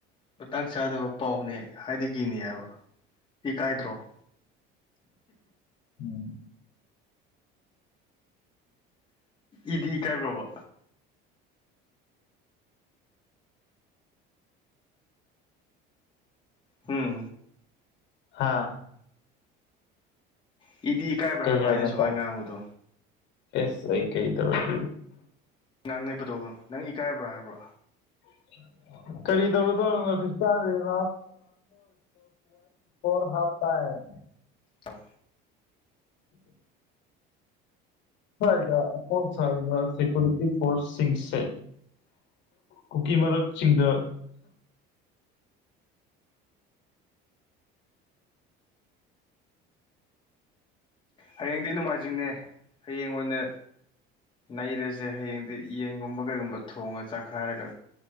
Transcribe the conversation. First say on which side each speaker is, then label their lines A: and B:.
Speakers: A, on the left; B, on the left.
A: ꯃꯇꯥꯡ ꯆꯥꯗꯕ ꯄꯥꯎꯅꯦ ꯍꯥꯏꯅꯒꯤꯅꯦꯕ ꯏꯀꯥꯏꯗ꯭ꯔꯣ <inaudible>
B: ꯎꯝ
A: ꯏꯗꯤ ꯏꯀꯥꯏꯕ꯭ꯔꯣꯕ ꯍꯝ
B: ꯍꯥꯥ
A: ꯏꯗꯤ ꯏꯀꯥꯏꯕ꯭ꯔꯥ
B: ꯀꯩ
A: ꯍꯥꯏꯕ
B: ꯍꯥꯏꯕꯅꯣ
A: ꯑꯩꯅ ꯁꯨꯃꯥꯏꯅ ꯉꯥꯡꯕꯗꯣ
B: ꯑꯦꯁ ꯑꯩ ꯀꯩ ꯇꯧꯔꯒꯦ
A: ꯉꯥꯡꯅꯦꯕꯗꯣ ꯅꯪ ꯏꯀꯥꯏꯕ꯭ꯔꯥ ꯍꯥꯏꯕ꯭ꯔꯣ
B: <unintelligible> ꯀꯔꯤ ꯇꯧꯔꯗꯧꯅꯣꯗ ꯗꯤꯁꯇꯥꯏꯝ <unintelligible> ꯍꯥꯞꯇꯥꯏꯝ
A: ꯇꯣ
B: ꯁꯋꯥꯏꯗ ꯑꯐꯥꯎ ꯁꯥꯔꯤꯕ ꯁꯦꯀ꯭ꯌꯨꯔꯤꯇꯤ ꯐꯣꯔꯁ ꯁꯤꯡꯁꯦ ꯀꯨꯀꯤ ꯃꯔꯛꯁꯤꯡꯗ
A: ꯍꯌꯦꯡꯗꯤ ꯅꯣꯡꯃꯥꯏꯖꯤꯡꯅꯦ ꯍꯌꯦꯡ ꯑꯣꯏꯅ ꯅꯩꯔꯁꯦ ꯍꯌꯦꯡꯗꯤ ꯌꯦꯟꯒꯨꯝꯕ ꯀꯩꯒꯨꯝꯕ ꯊꯣꯡꯉ ꯆꯥꯛꯈꯥꯏꯔꯒ